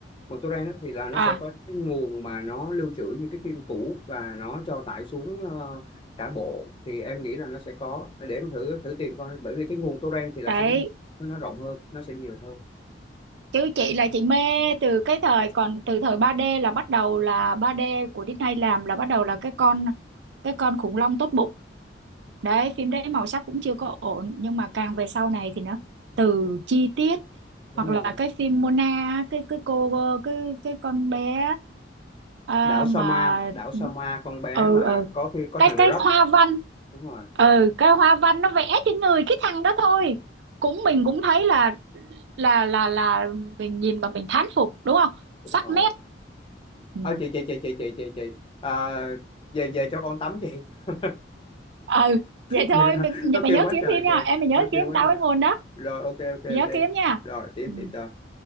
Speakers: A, on the left (about 30°); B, on the right (about 65°).
A: bằng torrent á, thì là nó
B: à
A: sẽ có cái nguồn mà nó lưu trữ những cái phim cũ và nó cho tải xuống ờ, cả bộ thì em nghĩ là nó sẽ có để em thử thử tìm coi bởi vì cái nguồn torrent thì là
B: đấy
A: sẽ nó rộng hơn nó sẽ nhiều hơn
B: Chứ chị là chị mê từ cái thời còn từ thời 3D là bắt đầu là 3D của Disney làm là bắt đầu là cái con cái con khủng long tốt bụng. Đấy, phim đấy màu sắc cũng chưa có ổn nhưng mà càng về sau này thì nó từ chi tiết
A: đúng
B: hoặc là
A: rồi
B: cái phim Mona á, cái cái cô cái cái con bé à,
A: đảo
B: mà
A: Soma đảo Soma con bé
B: ừ
A: mà
B: ừ
A: có phi- có
B: cái
A: thằng The
B: cái
A: Rock
B: hoa văn
A: đúng rồi
B: ừ cái hoa văn nó vẽ trên người cái thằng đó thôi cũng mình cũng thấy là là là là mình nhìn mà mình thán phục đúng không
A: đúng
B: sắc
A: rồi
B: nét ừ.
A: thôi chị chị chị chị chị chị chị à, về về cho con tắm chị <laughs>
B: ừ vậy thôi
A: về nó,
B: mình,
A: nó
B: mày
A: kêu
B: nhớ
A: quá
B: kiếm
A: trời
B: phim nha
A: kìa
B: em mày nhớ
A: nó kêu
B: kiếm
A: quá
B: tao
A: nha
B: cái nguồn đó
A: rồi ok ok
B: mày
A: ok
B: nhớ kiếm nha
A: rồi kiếm
B: ừ.
A: thì cho